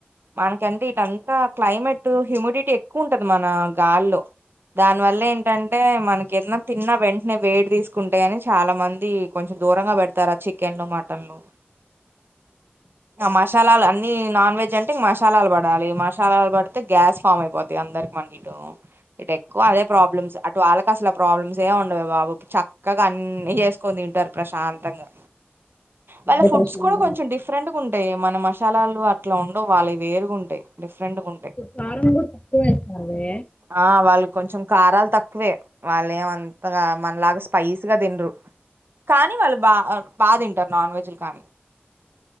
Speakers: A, on the right; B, on the left.
A: మనకంటే ఇటంతా క్లైమేట్ టు హ్యూమిడిటీ ఎక్కువ ఉంటది మన గాల్లో దాని వల్ల ఏంటంటే మనకి ఏదన్న తిన్న వెంటనే వేడి తీసుకుంటయి అని చాలా మంది కొంచెం దూరంగా పెడతారు ఆ చికెన్లు మటన్లు ఆ మసాలాలు అన్ని నా నాన్ వెజ్ అంటే మశాలాలు పడాలి మశాలాలు పడితే గ్యాస్ ఫామ్ అయిపోతయి అందరికి మనకి ఇటు ఇటు ఎక్కువ అదే ప్రాబ్లమ్స్ అటు వాళ్ళకు అసలు ప్రాబ్లమ్స్ ఏం ఉండవే బాబు చక్కగా గ అన్ని చేసుకోని తింటారు ప్రశాంతంగా వాళ్ళ
B: డిప్రెషన్
A: ఫుడ్స్ కూడా కొంచెం డిఫరెంట్ గా ఉంటాయి మన మశాలాలు అట్లా ఉ సో వాళ్ళయి వేరుగుంటయి డిఫరెంట్గా ఉంటయి
B: కారం కూడా తక్కువ వేస్తారువే
A: ఆ వాళ్ళు కొంచెం కారాలు తక్కువే వాళ్ళే ఏ వ అంతగా మనలాగా స్పైస్ గా తిండ్రు కానీ వాళ్ళు బా బా తింటారు నాన్ వెజ్లులు కానీ